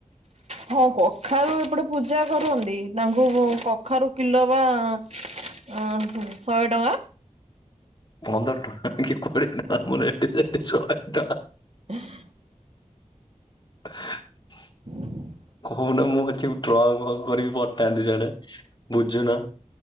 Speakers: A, on the right; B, on the left.
A: ହଁ କଖାରୁ ଏପଟେ ପୂଜା କରନ୍ତି ତାଙ୍କୁ କଖାରୁ କିଲୋ ବା ଅଁ ହଁ ଶହେ ଟଙ୍କା?
B: ପନ୍ଦର ଟଙ୍କା କି କୋଡିଏ ଟଙ୍କା ମୋର ଏଠି ସେଠି ଶହେ ଟଙ୍କା।
A: <unintelligible>
B: <unintelligible>
A: <unintelligible>
B: କହୁନା ମୁଁ ଅଛି ଟ୍ରକ୍ କରିକି ପଟାନ୍ତି ସେଆଡ଼େ ବୁଝୁନ।